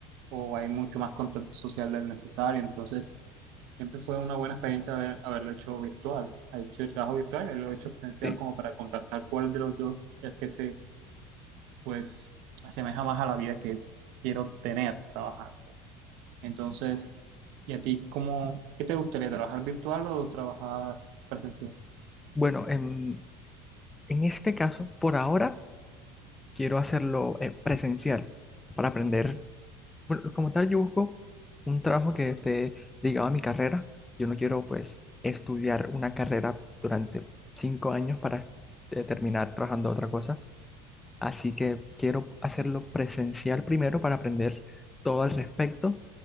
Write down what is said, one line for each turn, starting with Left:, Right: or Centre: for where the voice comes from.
Right: o hay mucho más contacto social del necesario, entonces siempre fue una buena experiencia haber- haberlo hecho virtual. Ha hecho el trabajo virtual, él lo he hecho presencial
Left: sí.
Right: como para contactar cuál de los dos es que se, pues, asemeja más a la vida que quiero tener trabajando. Entonces, ¿y a ti cómo, qué te gustaría, trabajar virtual o trabajar presencial?
Left: Bueno, en, en este caso, por ahora, quiero hacerlo eh, presencial para aprender. Bueno, como tal, yo busco un trabajo que esté ligado a mi carrera. Yo no quiero, pues, estudiar una carrera durante cinco años para eh, terminar trabajando otra cosa. Así que quiero hacerlo presencial primero para aprender todo al respecto,